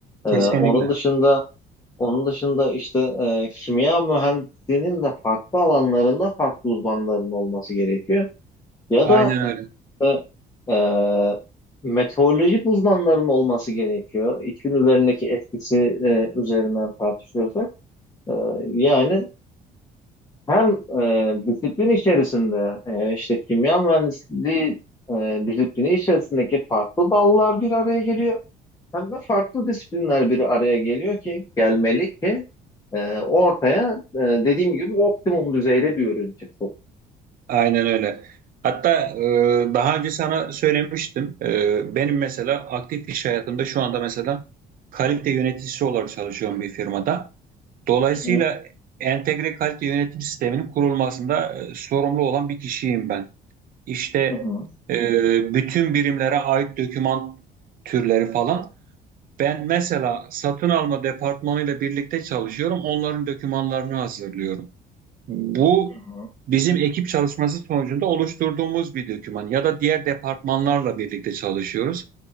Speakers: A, on the left; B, on the right.
A: Ee,
B: Kesinlikle.
A: onun dışında Onun dışında işte e, kimya mühendisliğinin de farklı alanlarında farklı uzmanların olması gerekiyor. Ya
B: Aynen
A: da
B: öyle.
A: e, e, meteorolojik uzmanların olması gerekiyor. İklim üzerindeki etkisi e, üzerinden tartışıyorsak. E, yani hem e, disiplin içerisinde e, işte kimya mühendisliği e, disiplini içerisindeki farklı dallar bir araya geliyor. Hem de farklı disiplinler bir araya geliyor ki gelmeli ki e, ortaya e, dediğim gibi optimum düzeyde bir ürün çıksın.
B: Aynen öyle. Hatta e, daha önce sana söylemiştim. E, benim mesela aktif iş hayatımda şu anda mesela kalite yöneticisi olarak çalışıyorum bir firmada. Dolayısıyla
A: Hı hı,
B: entegre kalite yönetim sisteminin kurulmasında e, sorumlu olan bir kişiyim ben. İşte
A: hı hı,
B: e, bütün birimlere ait doküman türleri falan. Ben mesela satın alma departmanıyla birlikte çalışıyorum. Onların dokümanlarını hazırlıyorum. Bu
A: hı hı.
B: bizim ekip çalışması sonucunda oluşturduğumuz bir doküman ya da diğer departmanlarla birlikte çalışıyoruz.